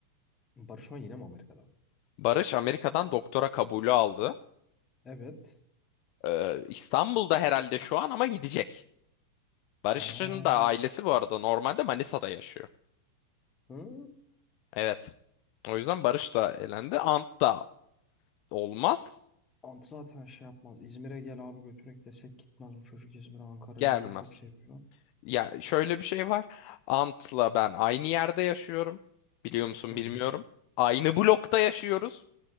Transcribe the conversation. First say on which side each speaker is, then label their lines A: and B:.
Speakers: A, on the left; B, on the left.
A: Barış şu an yine mi Amerika'da?
B: Barış Amerika'dan doktora kabulü aldı.
A: Evet.
B: Ee, İstanbul'da herhalde şu an ama gidecek. Barış'ın
A: Ha.
B: da ailesi bu arada normalde Manisa'da yaşıyor.
A: Hı.
B: Evet. O yüzden Barış da elendi. Ant da olmaz,
A: Ant zaten şey yapmaz. İzmir'e gel abi götürek desek gitmez bu çocuk İzmir'e Ankara'yı
B: gelmez.
A: o da çok seviyor.
B: Ya şöyle bir şey var. Ant'la ben aynı yerde yaşıyorum. Biliyor musun
A: Hı
B: bilmiyorum.
A: hı.
B: Aynı blokta yaşıyoruz.